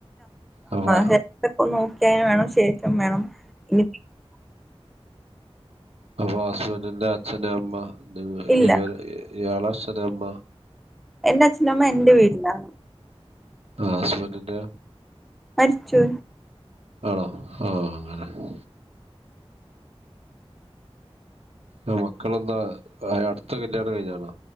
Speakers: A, on the right; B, in the centre.
A: അപ്പൊ
B: ഹക്കെ നോക്കിയന് വേണം ശേഷം ഇം വേണം ഇനി
A: അപ്പൊ ഹസ്ബൻറിിന്റെ അച്ഛന്റെ അമ്മ നി
B: ഇല്ല
A: ഇവ ഇയാള അച്ഛന്റെ അമ്മ
B: എൻന്റെ അച്ഛനമ്മ എൻറെ വീടിലാ
A: ആസ്പറ്റല്ല
B: അരിിച്ചൂ
A: ആണോ ആഹ അങ്ങനെ ഉ ആ മക്കളെന്താ ആ അടുത്ത കല്യാണം കഴിഞ്ഞാണ്